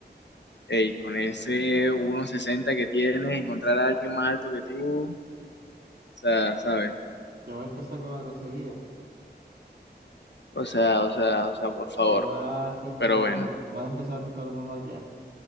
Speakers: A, on the left (about 85°); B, on the right (about 60°).
A: Ey, con ese uno sesenta que tienes, encontrar a alguien más alto que tú, o sea, ¿sabes?
B: Ya va a empezar con la grosería.
A: O sea, o sea, o sea, por favor.
B: Ya vas a empezar
A: Pero bueno,
B: a, tratar- vas a empezar a tratarme mal ya.